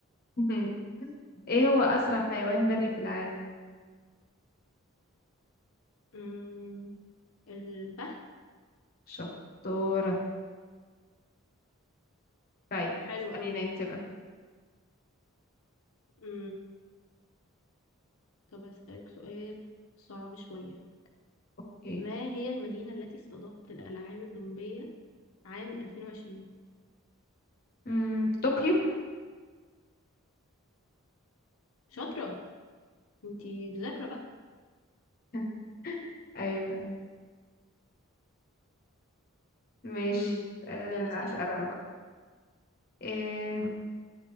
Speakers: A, on the left; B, on the left.
A: <laughs> ايه هو أسرع حيوان بري في العالم
B: مم، الفهد
A: شطورة طيب
B: حلو
A: اسأليني
B: قوي
A: انت بقى
B: ده طب أسألك سؤال صعب شوية
A: اوكي
B: ما هي المدينة التي استضافت الألعاب الأولمبية عام 2020
A: امم طوكيو
B: شاطرة انتي مذاكرة بقى
A: <laughs> ايوه ايوه ماشي
B: مم.
A: آه،
B: يلا اسأليني
A: أسأل انا بقى ايه